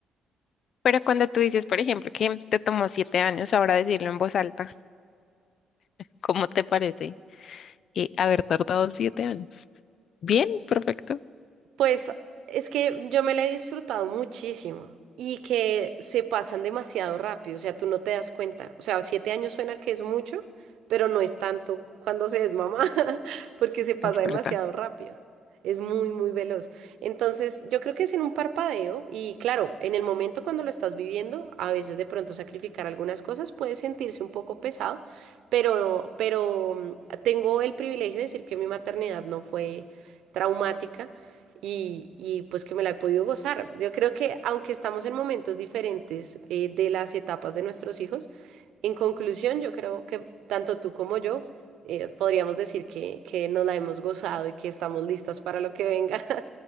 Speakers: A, on the left; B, on the right.
A: Pero cuando tú dices, por ejemplo, que te tomó siete años ahora decirlo en voz alta, ¿cómo te parece eh, haber tardado siete años? Bien, perfecto.
B: Pues es que yo me la he disfrutado muchísimo y que se pasan demasiado rápido, o sea, tú no te das cuenta. O sea, siete años suena que es mucho, pero no es tanto cuando se es mamá, <laughs> porque se pasa
A: Es
B: demasiado
A: verdad.
B: rápido. Es muy, muy veloz. Entonces, yo creo que es en un parpadeo y claro, en el momento cuando lo estás viviendo, a veces de pronto sacrificar algunas cosas puede sentirse un poco pesado, pero, pero mm, tengo el privilegio de decir que mi maternidad no fue traumática y, y, pues que me la he podido gozar. Yo creo que aunque estamos en momentos diferentes eh, de las etapas de nuestros hijos, en conclusión yo creo que tanto tú como yo eh, podríamos decir que, que nos la hemos gozado y que estamos listas para lo que venga.